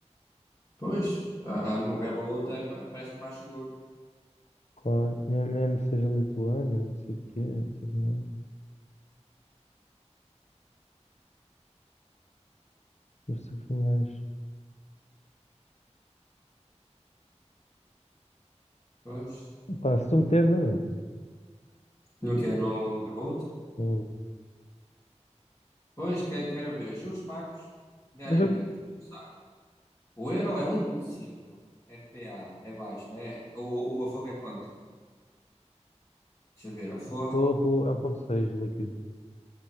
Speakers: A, on the left; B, on the left.
A: Pois, a, a, o Revolut é, ma- parece-me mais seguro.
B: Claro. Me- Mesmo que seja lituano, não sei o quê, não sei o quê. Mas sempre mais.
A: Pois,
B: Pá, se tu meteres, eu meto.
A: não quero no Revolut?
B: Eu-
A: Pois, quero, quero ver juros pagos diariamente.
B: Mas eu...
A: Começar. O euro é um 1.5, RPA é baixo, né? O, o aforro é quanto? Deixa eu ver, aforro.
B: forro é 1.6 líquido.